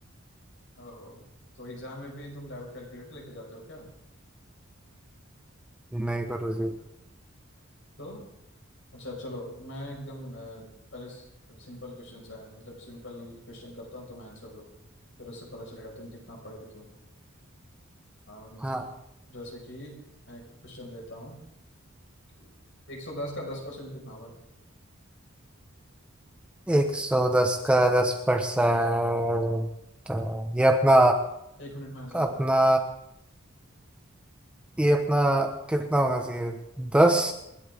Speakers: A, on the left; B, in the centre.
A: ओहो तो एग्जाम में भी तुम लैब कैलकुलेटर लेके जाते हो क्या
B: नहीं गुरु जी
A: तो अच्छा चलो मैं एकदम अ, पहले सिंपल क्वेश्चन है मतलब सिंपल क्वेश्चन करता हूँ तुम्हें आंसर दो फिर उससे पता चलेगा तुम कितना पढ़े लिखे हो अम,
B: हाँ
A: जैसे कि मैं क्वेश्चन देता हूँ कि एक सौ दस का दस परसेंट कितना होगा
B: एक सौ दस का दस परसेंट तो ये अपना
A: एक मिनट में आंसर दो
B: अपना ये अपना कितना होना चाहिए दस